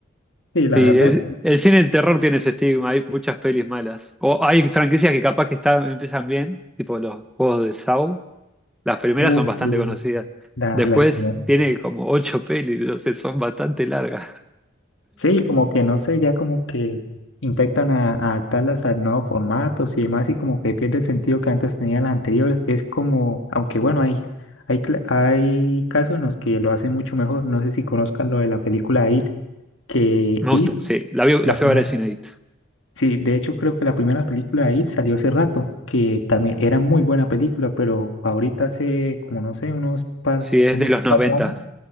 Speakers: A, on the left; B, in the centre.
A: Sí, la
B: Sí,
A: verdad,
B: el, el cine de terror tiene ese estigma. Hay muchas pelis malas. O hay franquicias que capaz que están, empiezan bien, tipo los juegos de Saw. Las primeras
A: Uh,
B: son bastante
A: sí.
B: conocidas.
A: la,
B: Después
A: las primeras.
B: tiene como ocho pelis, no sé, son bastante largas.
A: Sí, como que no sé, ya como que infectan a, a adaptarlas a nuevos formatos y demás, y como que pierde el sentido que antes tenía las anteriores. Es como, aunque bueno, hay, hay, cla- hay casos en los que lo hacen mucho mejor. No sé si conozcan lo de la película It, que
B: Me
A: It,
B: gusta, sí. La, vi-
A: la
B: la fui
A: primera,
B: a ver al cine.
A: sí, de hecho creo que la primera película de It salió hace rato, que también era muy buena película, pero ahorita hace como no sé, unos par,
B: Sí, es
A: unos
B: de los 90.
A: par de años.